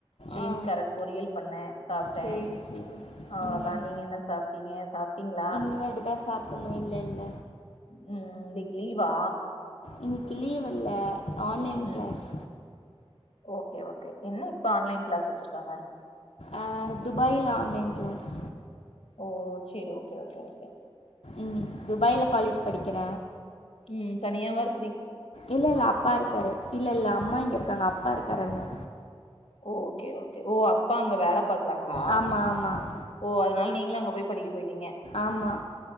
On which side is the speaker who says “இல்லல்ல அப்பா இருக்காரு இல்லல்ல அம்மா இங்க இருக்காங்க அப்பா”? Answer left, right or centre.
Left